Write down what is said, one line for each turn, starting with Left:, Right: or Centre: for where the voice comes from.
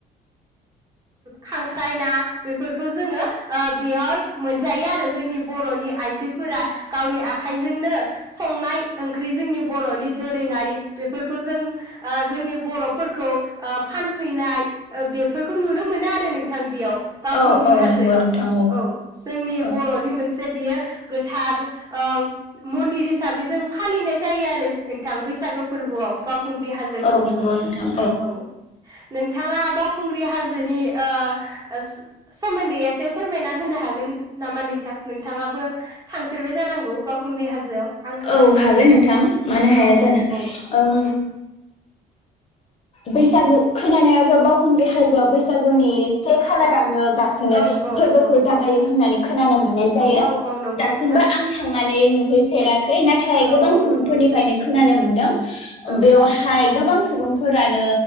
Right: खांख्राय ना बेफोरखौ जोङो ओ बे <unintelligible> मोनजायो आरो जोंनि बरनि आइजोफोरा गावनि आखाइजोंनो संनाय ओंख्रि जोंनि बरनि दोरोङारि बेफोरखौ जों ओ जोंनि बरफोरखौ ओ फानफैनाय ओ बेफोर नुनो मोनो आरो नोंथां बेयाव। बावखुंग्रि
Left: औ औ
Right: हाजोआव
Left: नंगौ नोंथां
Right: औ जोंनि
Left: औ
Right: बर'नि मोनसे जे बियो गोथार ओ मन्दिर हिसाबै जों फालिनाय जायो आरो नोंथां बैसागो फोरबोआव बा खुंग्रि हाजोखौबो
Left: औ नंगौ नोंथां
Right: औ नोंथाङा बाव खुंग्रि हाज जोनि ओ सोमोन्दै एसे फोरमायना होनो हागोन नामा नोंथां नोंथाङाबो थांफेरबाय जानांगौ बावखुंग्रि हाजोआव? आंथ'
Left: औ
Right: थांफेराखै
Left: हागोन नोंथां मानो हाया
Right: औ
Left: जानो
Right: औ औ
Left: ओम बैसागु खोनानायावथ बावखुंग्रि हाजोआव बैसागुनि सेख खालारावनो गाखोनो
Right: औ औ
Left: फोरबोखौ
Right: औ
Left: जागायो होननानै खोनानो मोन मोन्नाय जायो
Right: औ औ नंगौ
Left: दासिबो
Right: नोंथां
Left: आं थांनानै नु है फेराख खै नाथाय
Right: औ
Left: गोबां
Right: औ
Left: सुबुंफोरनिफायनो
Right: नंगौ नोंथां
Left: खोनानो मोनदों
Right: औ
Left: बेवहाय गोबां सुबुंफोरानो